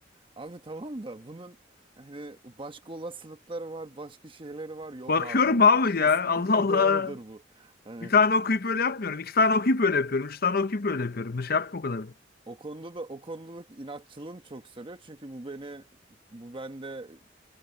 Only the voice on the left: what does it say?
Bakıyorum
abi
ya Allah Allah.
Bir tane okuyup öyle yapmıyorum. İki tane okuyup öyle yapıyorum. Üç tane okuyup öyle yapıyorum. Bir Şey yapma o kadar.